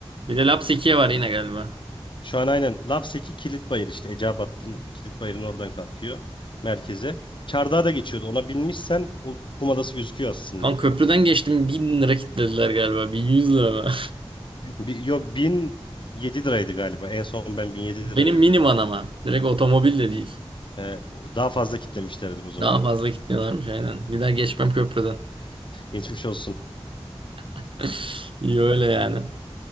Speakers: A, on the right (about 55°); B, on the left (about 50°).
A: Bir de Lapseki'ye var yine galiba.
B: Şu an aynen Lapseki Kilitbayır işte Eceabat'ın Kilitbayır'ın oradan kalkıyor merkeze. Çardağa da geçiyordu. Ona binmişsen o kum adası gözüküyor aslında.
A: Kan köprüden geçtim 1000 lira kitlediler galiba. bin yüz lira mı?
B: Bi- yok 1007 liraydı galiba. En son ben 1007
A: <laughs> Benim
B: lira ödedim.
A: minivan ama. Direkt otomobil de değil.
B: Ee, daha fazla kitlemişlerdir o zaman.
A: Daha fazla kitliyorlarmış aynen. Bir daha geçmem köprüden.
B: Geçmiş olsun.
A: <laughs> İyi öyle yani.